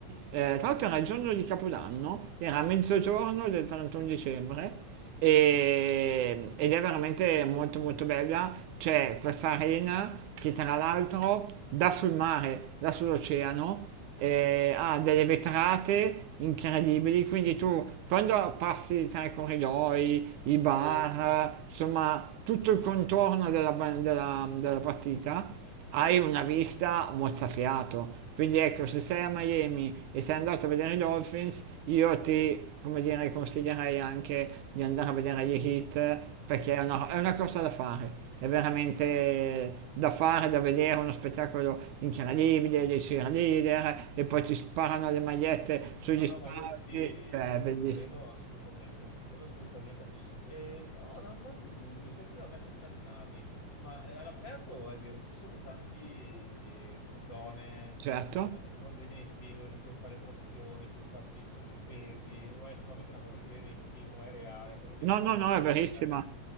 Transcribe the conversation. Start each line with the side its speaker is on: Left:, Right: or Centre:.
Right: eh, tra l'altro era il giorno di Capodanno, era a mezzogiorno del 31 dicembre e- ed è veramente molto molto bella. C'è questa arena che tra l'altro dà sul mare, dà sull'oceano, eh, ha delle vetrate incredibili, quindi tu quando passi tra i corridoi, i bar,
Left: vero?
Right: insomma tutto il contorno della, ba- della- della partita, hai una vista mozzafiato. Quindi ecco, se sei a Miami e sei andato a vedere i Dolphins, io ti, come dire, consiglierei anche di andare a vedere gli Heat perché è una, è una cosa da fare. È veramente da fare, da vedere, uno spettacolo incredibile dei cheerleader e poi ti sparano le magliette sugli
Left: No,
Right: spalti,
Left: no, ma io ti,
Right: cioè
Left: io
Right: è bellissimo.
Left: ti credo assolutamente, ti credo assolutamente. E ho un, un altro dubbio, sai che io- a me piace allenarmi, ma eh, all'aperto è vero che ci sono tante zone,
Right: Certo.
Left: eh, quando vedi nei film dove ti puoi fare le trazioni, puoi farti solo i pesi, o è solamente una cosa che si vede nei film o è reale, perché ovviamente
Right: No, no,
Left: non
Right: no,
Left: ho tempo
Right: è verissima.
Left: di andare...